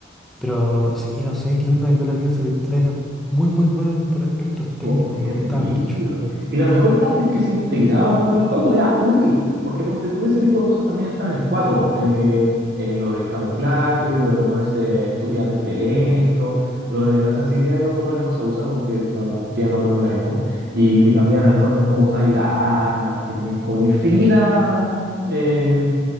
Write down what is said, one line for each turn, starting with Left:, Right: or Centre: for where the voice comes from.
Centre: Pero sí, no sé qué onda el Metal Gear Solid 3 era muy muy bueno en- por aspectos técnicos,
Right: Joder,
Centre: me gustaba
Right: brígido.
Centre: mucho.
Right: Y la mejor parte es que se integraba como en el juego, era útil, porque ponte tú, ese tipo de cosas también están en el cuatro po, eh, que eh, lo del camuflaje, lo de moverse estúpidamente lento, lo de la sensibilidad de los botones no se usa porque como tienen otros mecanismos, y que cambian la forma en cómo usáis las armas, que tenían como infinita eh,